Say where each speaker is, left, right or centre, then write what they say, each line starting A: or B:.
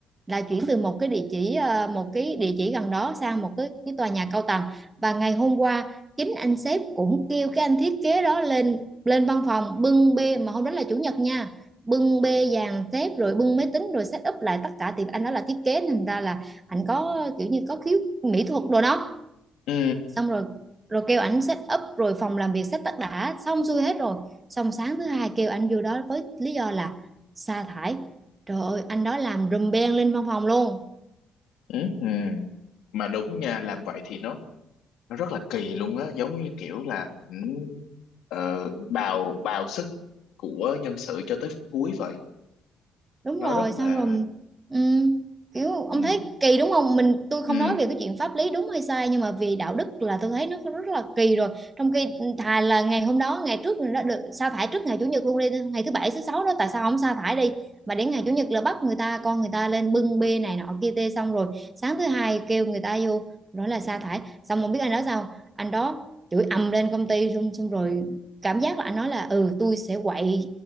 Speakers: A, on the right; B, on the left.
A: là chuyển từ một cái địa chỉ ờ, một cái địa chỉ gần đó sang một cái, cái tòa nhà cao tầng và ngày hôm qua chính anh sếp cũng kêu cái anh thiết kế đó lên lên văn phòng bưng bê mà hôm đó là chủ nhật nha bưng bê dàn xếp rồi bưng máy tính rồi set up lại tất cả thì anh đó là thiết kế nên ra là anh có kiểu như có khiếu mỹ thuật đồ đó
B: Ừ.
A: xong rồi rồi kêu ảnh set up rồi phòng làm việc set tất đã xong xuôi hết rồi xong sáng thứ hai kêu anh vô đó với lý do là sa thải trời ơi anh đó làm rùm beng lên văn phòng luôn
B: Ừ. Ừ. mà đúng nha làm vậy thì nó nó rất là kỳ luôn á giống như kiểu là ừ, ờ, bào bào sức của nhân sự cho tới cuối vậy
A: đúng
B: nó
A: rồi
B: rất
A: xong
B: là
A: rồi ừm, kiểu ông
B: ừ
A: thấy kỳ đúng không mình tôi không
B: ừ
A: nói về cái chuyện pháp lý đúng hay sai nhưng mà vì đạo đức là tôi thấy nó rất là kỳ rồi trong khi thà là ngày hôm đó ngày trước mình đã được sa thải trước ngày chủ nhật luôn đi ngày thứ bảy thứ sáu đó tại sao không sa thải đi mà đến ngày chủ nhật là bắt người ta con người ta lên bưng bê này nọ kia tê xong rồi sáng thứ hai kêu người ta vô nói là sa thải xong không biết anh đó sao anh đó chửi ầm lên công ty xong xong rồi cảm giác là anh nói là ừ tôi sẽ quậy